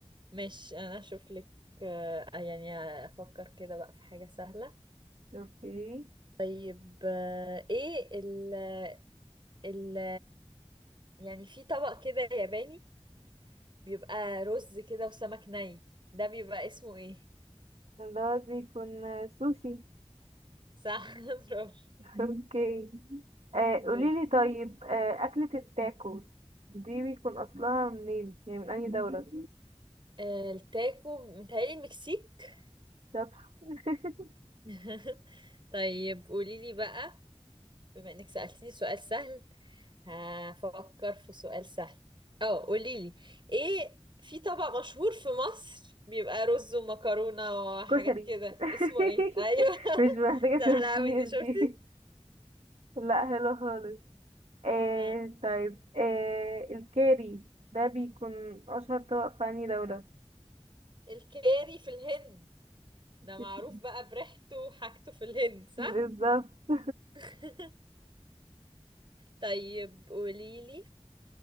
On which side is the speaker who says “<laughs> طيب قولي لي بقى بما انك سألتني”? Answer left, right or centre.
Right